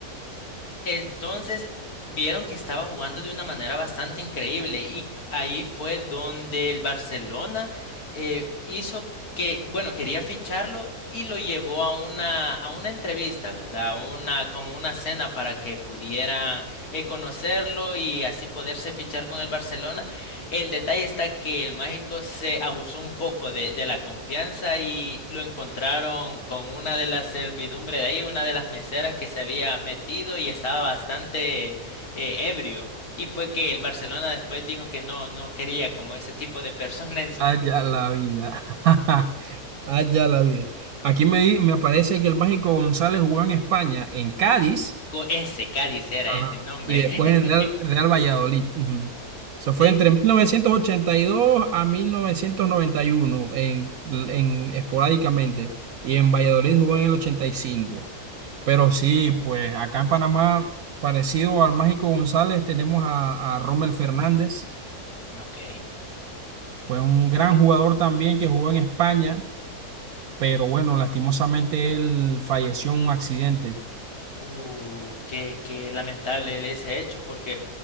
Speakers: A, on the left; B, on the right.
A: Entonces vieron que estaba jugando de una manera bastante increíble y ahí fue donde el Barcelona eh, hizo que, bueno, quería ficharlo y lo llevó a una, a una entrevista, ¿verdad? Una, como una cena para que pudieran eh, conocerlo y así poderse fichar con el Barcelona. El detalle está que el mágico se abusó un poco de, de la confianza y lo encontraron con una de las servidumbre de ahí, una de las meseras que se había metido y estaba bastante eh, ebrio. Y fue que el Barcelona después dijo que no, no quería como ese tipo de persona en su
B: Allá
A: club.
B: la vida. <laughs> Allá la vida. Aquí me, di- me aparece que el Mágico González jugó en España, en Cádiz.
A: Co- ese Cádiz era
B: Ajá.
A: el, el nombre.
B: Y después
A: <laughs>
B: el Real, Real Valladolid. ujú. Eso fue
A: Sí,
B: entre 1982 a 1991, en, en, esporádicamente. Y en Valladolid jugó en el 85. Pero sí, pues acá en Panamá, parecido al Mágico González, tenemos a, a Rommel Fernández.
A: ok.
B: Fue un gran jugador también que jugó en España, pero bueno, lastimosamente él falleció en un accidente.
A: Uh, qué, qué lamentable ese hecho, porque